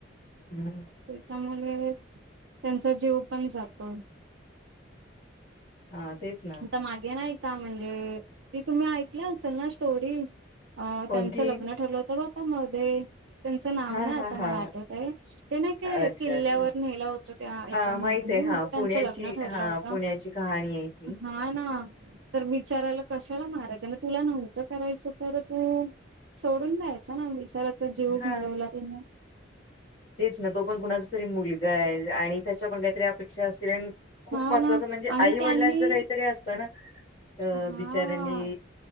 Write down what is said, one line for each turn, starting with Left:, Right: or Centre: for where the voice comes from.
Left: हम्म
Right: त्याच्यामुळे त्यांचा जीव पण जातो
Left: हा तेच ना
Right: आता मागे नाही का म्हणजे ती तुम्ही ऐकलं असल ना स्टोरी अ
Left: कोणती
Right: त्यांचं लग्न ठरलं होतं बघा मध्ये त्यांचं नाव
Left: हा
Right: नाही
Left: हा
Right: आता मला
Left: हा
Right: आठवत आहे ते नाही का
Left: अच्छा
Right: किल्ल्यावर
Left: अच्छा
Right: नेलं होत त्या एका
Left: हा
Right: मुलीने
Left: माहित आहे
Right: म्हणजे
Left: हा
Right: त्यांचं
Left: पुण्याची
Right: लग्न ठरलं
Left: हा
Right: होत
Left: पुण्याची कहाणी आहे ही
Right: ह ना तर बीचारायला कशाला मारायचं ना तुला नव्हतं करायचं तर तू सोडून द्यायचा ना बीचाराचा जीव
Left: हा
Right: घालवला तिने
Left: तेच ना तो पण कुणाचा तरी मुलगा आहे आणि त्याच्या पण काहीतरी अपेक्षा असतील आणि खूप
Right: हा
Left: महत्वाचं
Right: ना
Left: म्हणजे
Right: आणि
Left: आई
Right: त्यांनी
Left: वडिलांचं काहीतरी असतं ना अ
Right: हा
Left: बिचाऱ्यांनी